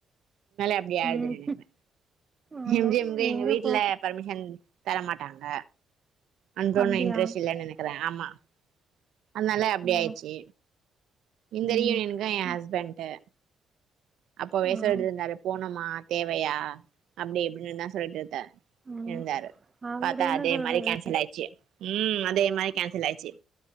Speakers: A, on the right; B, on the right.
A: அப்டியாது
B: ம்.
A: நின்னுக்றே
B: ஆமா.
A: இவ்ங்க இவ்ங்க எங்க வீட்டுல
B: போ
A: பர்மிஷன் தரமாட்டாங்க அன்ப்ப
B: அப்படியா?
A: ஒன்னு இன்ட்ரெஸ்ட் இல்லன்னு நெனக்கிறே ஆமா அத்னால அப்டி
B: ம்.
A: ஆயிச்சி இந்த
B: ம்.
A: ரியூனியனுக்கு எ
B: அ
A: ஹஸ்பண்ட்டு அப்பவே
B: ம்.
A: சொல்லிட்டுருந்தாரு போணுமா தேவையா அப்டி இப்டின்னு தா சொல்லிட்டுருந்தார்
B: ம்.
A: இருந்தாரு
B: அவரு
A: பாத்தா
B: என்ன
A: அதே
B: சொல்றது?
A: மாரி கேன்சல் ஆயிடுச்சு ம் அதே மாரி கேன்சல் ஆயிடுச்சு